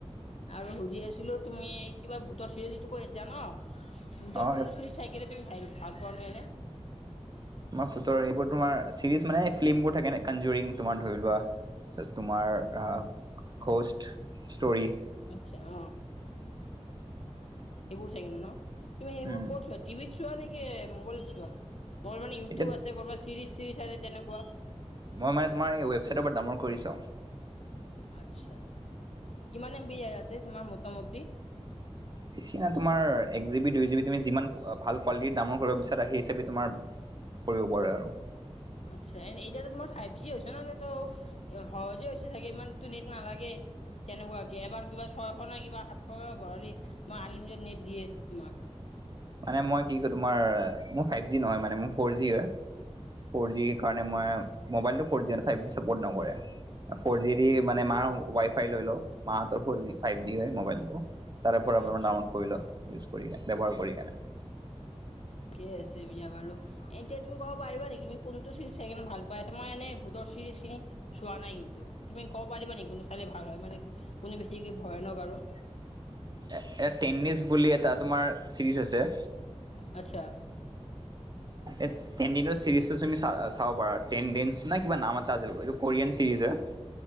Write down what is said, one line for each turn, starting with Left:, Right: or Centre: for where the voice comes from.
Left: আৰু সুধি আছিলো তুমি কিবা ভোটৰ চিৰিটো কৈ আছিলা ন ভূতৰ
Right: অ
Left: কোনটো চিৰি চাই কিনে তুমি ভাইৰেল ভাল পোৱানো এনে
Right: তোমাৰ ভুতৰ এইবোৰ তোমাৰ চিৰিজ মানে ফিল্মবোৰ থাকে ন কনজুৰিং তোম ধৰি লোৱা আচ্ছা তোমাৰো খষ্ট ষ্টৰি
Left: আচ্ছা অ সেইবোৰ চাগে ন ন তুমি সেইবোৰ
Right: উম
Left: ক'ত চোৱা টিভিত চোৱা নেকি মোবাইলত চোৱা মোৰ মানে ইউটিউব
Right: এতিয়া
Left: আছে ক'ৰবাত চিৰিজ চিৰিজ আছে তেনেকোৱা
Right: মই মানে তোমাৰ ৱেবছাইটৰ পৰা ডাউনলোড কৰি চাও
Left: আচ্ছা কিমান এম বি যায় ইয়াতে তোমাৰ মোটামটি
Right: বেছি নহয় তোমাৰ এক জিবি দুই জিবি তুমি যিমান ভাল কোৱালিটিৰ দামৰ কৰিব বিচাৰা সেই হিচাপে তোমাৰ কৰিব পাৰে আৰু
Left: আচ্ছা এড এতিয়াতো তোমাৰ ফাইভ জি হৈছে ন এতিয়াতো সহজে হৈছে চাগে ইমান টু নেট নালাগে তেনেকোৱা কি এবাৰ কিবা ছয়শ নাই কিবা সাতশ ভৰালি তোমাৰ আনলিমিটেত নেট দিয়ে তোমাক
Right: মানে মই কি কয় তোমাৰ মোৰ ফাইভ জি নহয় মানে মোৰ ফৰ জি হয় ফ'ৰ জিৰ কাৰণে মই মোবাইলটো four G five G support নকৰে ফ'ৰ জি দি মানে মাৰ হ ৱাই ফাই লৈ লও মাহতৰ ফৰ জি ফাইভ জি হয় মোবাইলটো তাৰে পৰা
Left: আচ্ছা
Right: ডাউনলোড কৰি লও ইউজ কৰিলা ব্যৱহাৰ কৰি কেনে
Left: ঠিকেই আছে বিয়া বাৰু এতিয়া তুমি কব পাৰিবা নেকি তুমি কোনটো চিৰিজ চাই কিনে ভাল পোৱা মই এনে ভূতৰ চিৰিজ খিনি চোৱা নাই কিন্তু তুমি ক'ব পাৰিবা নেকি কোনো ছোৱালী ভাল হয় মানে কোনে বেছিকে ভয়ানক আৰু
Right: এ এ টেনিছ বুলি এটা তোমাৰ চিৰিজ আছে
Left: আচ্ছা
Right: এ তিনদিনৰ চিৰিজটো তুমি চ চাব পাৰা টেনে ডেনচ কিবা নাম এটা আছিল এইটো কোৰিয়ান চিৰিজ হয়